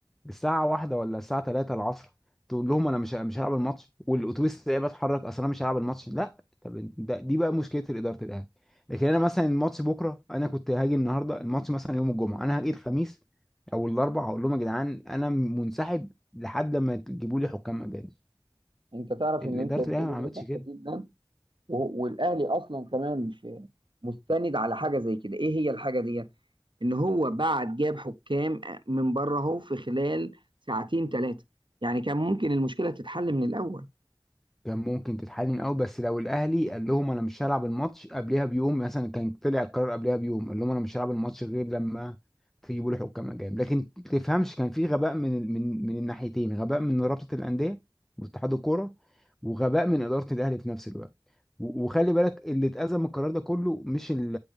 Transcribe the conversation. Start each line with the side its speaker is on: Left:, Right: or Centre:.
Centre: الساعه واحدة ولا الساعه 3 العصر تقول لهم انا مش مش هلعب الماتش والاتوبيس ده بتحرك اصل انا مش هلعب الماتش لا طب انت- ده دي بقى مشكله الاداره الاهلي لكن انا مثلا الماتش بكره انا كنت هاجي النهارده الماتش مثلا يوم الجمعه انا هاجي الخميس او الاربع هقول لهم يا جدعان انا منسحب لحد ما تجيبوا لي حكام اجانب
Right: أنت تعرف
Centre: الاداره
Right: إن أنت بتقوله
Centre: الاهلي ما عملتش
Right: ده صح
Centre: كده
Right: جدا و- والأهلي أصلا كمان في مستند على حاجة زي كده إيه هي الحاجة ديت؟ إن هو بعد جاب حكام من بره أهو في خلال ساعتين ثلاثة يعني كان ممكن المشكلة تتحل من الأول
Centre: كان ممكن تتحل من الاول بس لو الاهلي قال لهم انا مش هلعب الماتش قبلها بيوم مثلا كان طلع القرار قبلها بيوم قال لهم انا مش هلعب الماتش غير لما تجيبوا لي حكام اجانب لكن تفهمش كان في غباء من ال- من من الناحيتين غباء من رابطه الانديه واتحاد الكوره وغباء من اداره الاهلي في نفس الوقت و- وخلي بالك اللي اتأذى من القرار ده كله مش ال